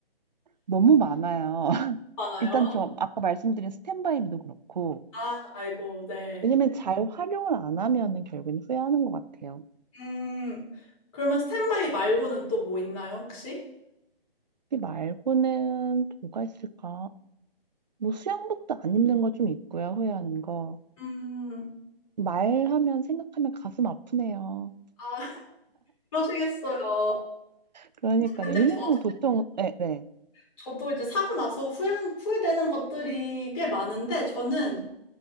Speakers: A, on the right; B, on the left.
A: 너무 많아요.
B: 많아요.
A: 일단 저 아까 말씀드린 스탠바이도 그렇고,
B: 아, 아이고, 네.
A: 왜냐면 잘 활용을 안 하면은 결국엔 후회하는 것 같아요.
B: 음, 그러면 스탠바이 말고는 또 뭐 있나요, 혹시?
A: 이 말고는 또 뭐가 있을까? 뭐 수영복도 안 입는 거 좀 있고요, 후회하는 거.
B: 음,
A: 말하면 생각하면 가슴 아프네요.
B: 아, <laughs> 그러시겠어요.
A: 그러니까요.
B: 근데
A: 유미님은
B: 저,
A: 보통, 네, 네.
B: 저도 이제 사고 나서 후회, 후회되는 것들이 꽤 많은데 저는